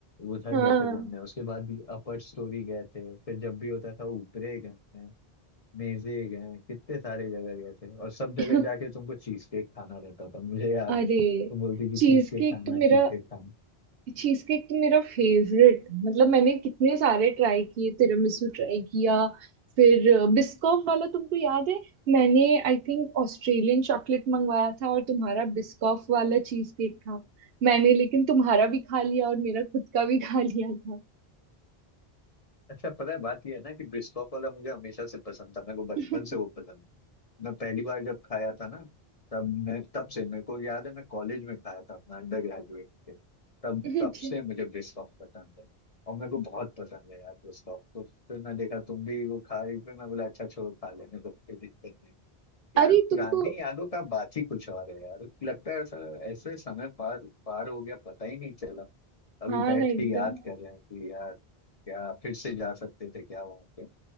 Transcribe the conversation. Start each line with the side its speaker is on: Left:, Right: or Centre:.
Left: उधर
Right: हाँ
Left: गए थे घूमने उसके बाद भी अपर स्टोरी गए थे फिर जब भी होता था ऊपरे गए हैं मेजे गए हैं कितने सारे जगह गए थे और सब जगह
Right: <laughs>
Left: जाके तुमको चीज केक खाना रहता था मुझे याद
Right: अरे
Left: है तुम बोलती थी
Right: चीज
Left: चीज केक
Right: केक
Left: खाना
Right: तो मेरा
Left: चीज केक खाना
Right: चीज केक तो मेरा फेवरेट मतलब मैंने कितने सारे ट्राई किए तिरामिसू ट्राई किया फिर बिस्कॉफ वाला तुमको याद है मैंने आई थिंक ऑस्ट्रेलियन चॉकलेट मंगवाया था और तुम्हारा बिस्कॉफ वाला चीज केक था मैंने लेकिन तुम्हारा भी खा लिया और मेरा खुद का भी खा लिया था
Left: अच्छा पता है बात ये है ना कि ब्रिस्कोफ वाला मुझे हमेशा से पसंद था मेरे को बचपन
Right: <laughs>
Left: से वो पसंद था मैं पहली बार जब खाया था ना तब मैं तब से मेरे को याद है मैं कॉलेज में खाया था अपना अंडर ग्रेजुएट के तब
Right: अच्छा।
Left: तब से मुझे ब्रिस्कॉफ पसंद है और मेरे को बहुत पसंद है यार ब्रिस्कॉफ तो फिर मैं देखा तुम भी वो खा रही फिर मैं बोला अच्छा छोड़ो खा लेने तो कोई दिक्कत नहीं यार
Right: अरे
Left: पुरानी
Right: तुमको
Left: यादों का बात ही कुछ और है यार लगता है ऐसा ऐसे समय पार पार हो गया पता ही नहीं चला अभी
Right: हाँ
Left: बैठ
Right: ना एकदम
Left: के याद कर रहे हैं कि यार क्या फिर से जा सकते थे क्या वहां पे